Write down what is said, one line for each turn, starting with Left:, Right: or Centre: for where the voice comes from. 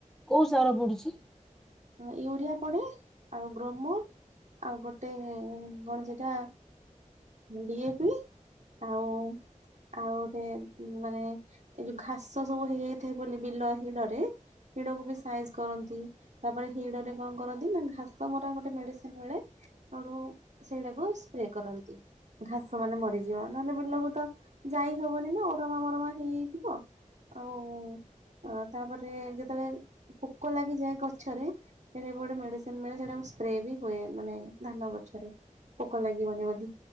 Centre: କୋଉ ସାର ପଡୁଛି।
Right: ୟୁରିଆ ପଡେ ଆଉ ଗ୍ରୋମ ଆଉ ଗୋଟେ କଣ ସେଇଟା ଡିଏପି ଆଉ ଆଉ ଗୋଟେ ମାନେ ଏଇ ଯୋଉ ଘାସ ସବୁ ହେଇଯାଇ। ଥ ବୋଲି ବିଲ ହିଡ଼ରେ ହିଡ଼କୁ ବି ସାଇଜ କରନ୍ତି ତାପରେ ହିଡ଼ରେ କଣ କରନ୍ତି ନା ଘାସ ମରା ଗୋଟେ ମେଡିସିନ ମିଳେ ତୁ ସେଇଟାକୁ ସ୍ପ୍ରେ କରନ୍ତି ଘାସ ମାନେ ମରିଯିବ ନହେଲେ ବିଲକୁ ତ ଯାଇ ହବନି ନା ଅରମା ମରମା ହେଇଯାଇଥିବ ଆଉ। ଅ ତାପରେ ଯେତେବେଳେ ପୋକ ଲାଗିଯାଏ ଗଛରେ ସେଟା ଗୋଟେ ମେଡିସିନ ମିଳେ ସେଟାକୁ ସ୍ପ୍ରେ ବି ହୁଏ ମାନେ ଧାନ ଗଛରେ ପୋକ ଲାଗିବନି ବୋଲି